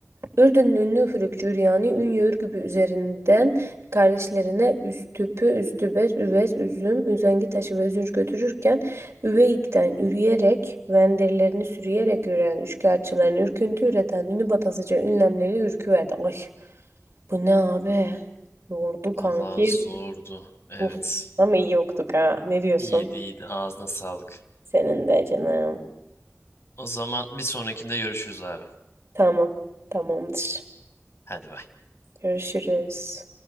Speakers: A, on the right; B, on the left.
A: Ürdünlü ünlü üfürükçü Üryani Ünye Ürgüp'ü üzerinden kardeşlerine Üstüp'ü, Üstübez, Üvez, Üzüm, Üzengi taşı ve Üzünç götürürken Üveyik'ten üreyerek, venderlerini sürüyerek üreyen üçkağıtçıların ürküntü üreten ünlü batasıca ünlemleri ürküverdi. Ay bu ne abi? Yordu
B: Vallahi
A: kanki.
B: zordu. Evet.
A: Uf. Ama iyi yoktuk ha. Ne diyorsun?
B: İyiydi iyiydi. Ağzına sağlık.
A: Senin de canım.
B: O zaman bir sonrakinde görüşürüz abi.
A: Tamam. Tamamdır.
B: Hadi bay.
A: Görüşürüz.